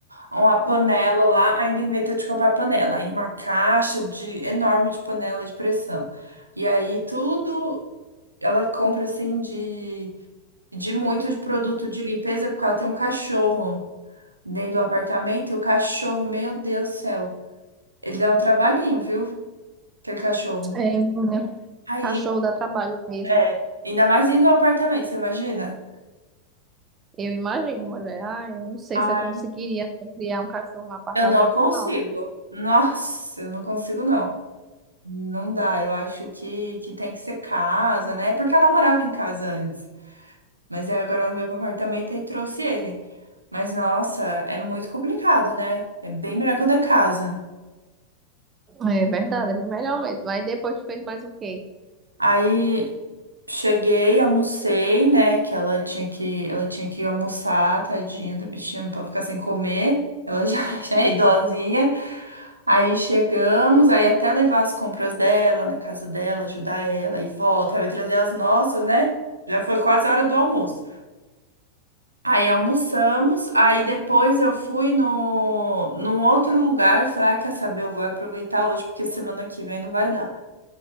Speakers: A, on the right; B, on the right.
A: uma panela lá, ainda inventou de comprar panela. Aí uma caixa de enorme de panela de pressão. E aí tudo ela compra assim de, de muito de produto de limpeza, porque ela tem um cachorro dentro do apartamento, e o cachorro, meu Deus do céu, ele dá um trabalhinho, viu? Aquele cachorro.
B: É, mulher.
A: Aí
B: Cachorro dá trabalho mesmo.
A: É, ainda mais indo no apartamento, você imagina?
B: Eu imagino, mulher. Ah, eu não sei
A: Ai,
B: se eu conseguiria criar um cachorro no apartamento,
A: eu não consigo.
B: não.
A: Nossa, eu não consigo, não. Não dá, eu acho que, que tem que ser casa, né? É Porque ela morava em casa antes. Mas aí agora ela veio pro apartamento e trouxe ele. Mas nossa, é muito complicado, né? É bem melhor quando é casa.
B: É verdade, é bem melhor mesmo. Aí depois tu fez mais o quê?
A: Aí Cheguei, almocei, né? Que ela tinha que, ela tinha que almoçar, tadinha da bichinha, não pode ficar sem comer. Ela já, <laughs> já é idosinha. Aí chegamos, aí até levar as compras dela na casa dela, ajudar ela e volta, vai trazer as nossas, né? Já foi quase a hora do almoço. Aí almoçamos, aí depois eu fui no, num outro lugar. Eu falei, ah, quer saber? Eu vou aproveitar hoje porque semana que vem não vai dar.